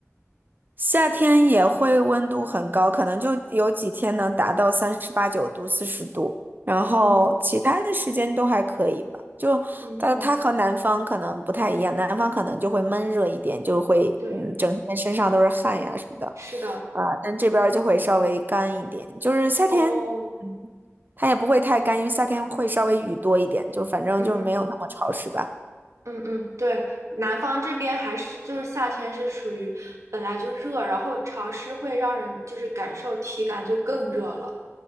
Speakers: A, on the right; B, on the right.
A: 夏天也会温度很高，可能就有几天能达到三十八九度、四十度，然后其他的时间都还可以吧。
B: 嗯，
A: 就它它和南方可能不太一样，
B: 嗯嗯，
A: 南方可能就会闷热一点，就会嗯整天身上都是汗呀什么的，
B: 对，是的，
A: 啊，但这边儿就会稍微干一点。就是夏天，
B: 哦，
A: 嗯，它也不会太干，因为夏天会稍微雨多一点，
B: 嗯
A: 就反正就没有那么潮湿吧。
B: 嗯嗯嗯嗯，对，南方这边还是就是夏天是属于本来就热，然后潮湿会让人就是感受体感就更热了，